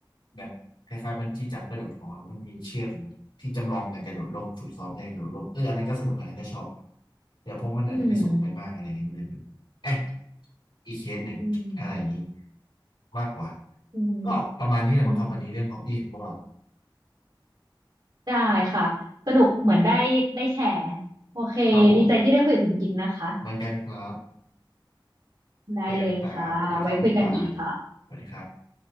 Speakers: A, on the left; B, on the right.
A: แบบคล้ายๆบันจี้จัมป์กระโดดหอแล้วมันมีเชือกที่จำลองการกระโดดร่มฝึกซ้อมการกระโดดร่มเอออันนั้นก็สนุกอันนั้นก็ชอบแต่เพราะมันอาจจะไม่สูงไปมากอะไรเงี้ยมันเลยแบบเอ๊ะ
B: อืม
A: อีกเคสหนึ่งอะไรอย่างนี้
B: อืม
A: มากกว่า
B: อืม
A: ก็ประมาณนี้แหละมั้งครับวันนี้เรื่องฮอบบี้ของพวกเรา
B: อืมได้ค่ะ สนุกเหมือนได้ได้แชร์ โอเคดีใจที่ได้คุยกับคุณกินนะคะ
A: ครับผมเหมือนกันครับ
B: ได้เลยค่ะ
A: เจอกันครับสวัสดีครับคุณปาน
B: ไว้คุยกันอีกค่ะ
A: สวัสดีครับ